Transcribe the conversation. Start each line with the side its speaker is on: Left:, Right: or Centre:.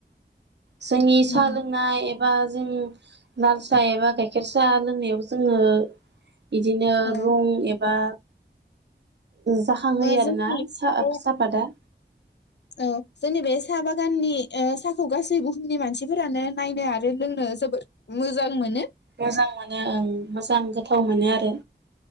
Right: जोंनि
Left: उम
Right: साहा लोंनाय एबा जों लाल साहा एबा गाइखेर साहा लोंनायाव जोङो इदिनो
Left: औ
Right: रं एबा जाखांहोयो
Left: ओ जोंनि
Right: आरोना सा-साहापादा
Left: बे औ जोंनि बे साहा बागाननि ओ साहाखौ गासै बुहुमनि मानसिफोरानो नायनो आरो लोंनो जोबोद मोजां मोनो।
Right: मोजां मोनो ओं मोजां थाव मोनो आरो